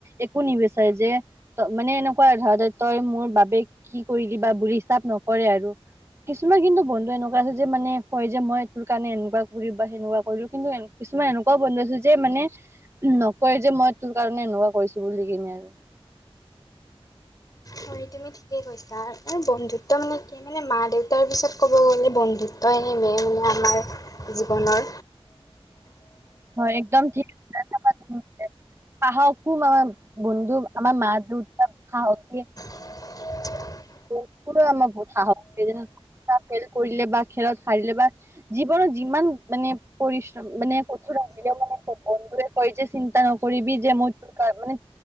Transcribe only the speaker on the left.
হয় তুমি ঠিকেই কৈছা। বন্ধুত্ব মানে কি মানে মা দেউতাৰ পিছত ক'ব গ'লে বন্ধুত্বই মেইন আমাৰ জীৱনৰ।
<unintelligible>